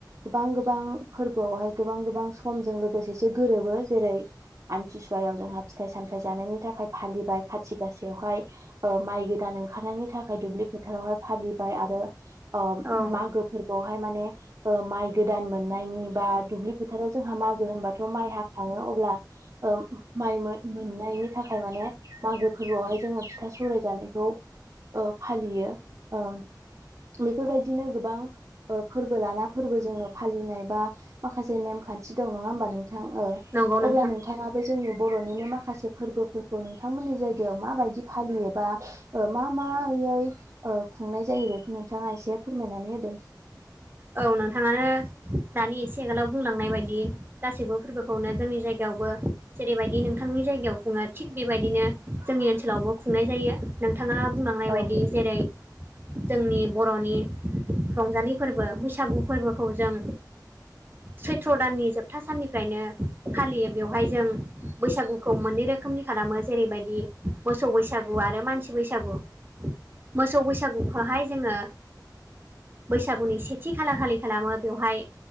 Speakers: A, on the right (about 45°); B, on the right (about 30°).
A: गोबां -गोबां फोरबोआवहाय गोबां- गोबां समजों लोगोसेयै गोरोबो जेरै आमथिसुवायाव जोंहा फिथाइ- सामथाय जानायनि थाखाय फालिबाय खाथि आसायावहाय ओ माइ गोदान ओंखारनायनि थाखाय दुब्लि फोथारावहाय फालिबाय आरो अ'
B: औ
A: मागो फोरबोआवहाय माने ओ माइ गोदान मोननायनि बा दुब्लि फोथाराव जोंहा मागो होनबाथ' माइ हाखांङो अब्ला माइ ओ मोननायनि थाखाय माने मागो फोरबोआवहाय जोङो फिथा सौराय जानायखौ ओ फालियो ओ बेफोरबायदिनो गोबां ओ फोरबो लाना फोरबो जोंङो फालिनाय बा माखासे नेमखान्थि दं नङा होमबा नोंथां ओ
B: नंगौ नोंथां
A: अब्ला नोंथाङा बे जोंनि बर'निनो माखासे फोरबोफोरखौ नोंथांमोननि जायगायाव माबायदि फालियोबा ओ मा मायै ओ खुंनाय जायो बेखौ नोंथाङा एसे फोरमायनानै होदो।
B: औ नोंथाङानो दानि एसे आगोलाव बुंलांनाय बायदि गासैबो फोरबोखौनो जोंनि जायगायावबो जेरैबायदि नोंथांनि जायगायाव खुङो थिग बेबायदिनो जोंनि ओनसोलावबो खुंनाय जायो। नोंथाङा बुंलांनाय
A: औ
B: बायदि जेरै जोंनि बर'नि रंजालि फोरबो फोरबो बैसागु फोरबोखौ जों सैथ्र' दाननि जोबथा साननिफ्रायनो फालियो बेवहाय जों बैसागुखौ मोननै रोखोम रोखोमनि खालामो जेरैबायदि मोसौ बैसागु आरो मानसि बैसागु मोसौ बैसागुखौहाय जोंङो बैसागुनि सि <unintelligible> खालि खालामो बेवहाय